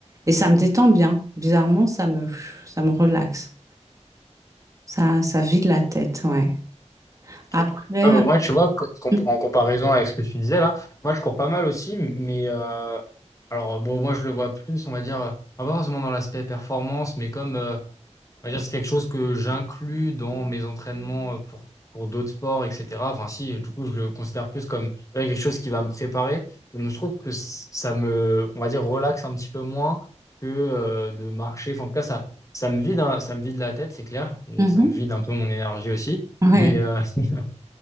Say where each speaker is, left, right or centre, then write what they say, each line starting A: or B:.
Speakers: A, on the right; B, on the left.
A: Et ça me détend bien. Bizarrement, ça me, ça me relaxe. Ça, ça vide la tête, ouais.
B: Ok.
A: Après,
B: Ah bah moi, tu vois, co- com-
A: euh, <clears throat>
B: en comparaison avec ce que tu disais là, moi je cours pas mal aussi, mais euh, alors bon, moi je le vois plus, on va dire, euh, pas forcément dans l'aspect performance, mais comme euh, on va dire c'est quelque chose que j'inclus dans mes entraînements euh, pour, pour d'autres sports, etc. Enfin, si, du coup, je le considère plus comme tu vois, quelque chose qui va me préparer. Et je trouve que c- ça me, on va dire, relaxe un petit peu moins que euh, de marcher. Enfin, en tout cas, ça, ça me vide, hein, ça me vide la tête, c'est clair, et
A: mhm,
B: ça me vide un peu mon énergie aussi.
A: ouais,
B: Mais, euh, <laughs>